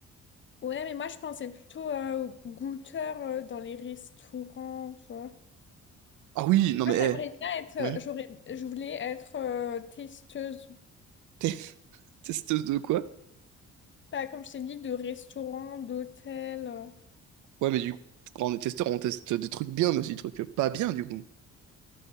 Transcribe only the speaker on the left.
Ouais, mais moi je pensais plutôt euh, aux goûteurs euh, dans les restaurants, tu vois.
Moi
j'aimerais bien être, euh,
j'aurais, je voulais être euh, testeuse.
Pas comme je t'ai dit, de restaurants, d'hôtels. Euh,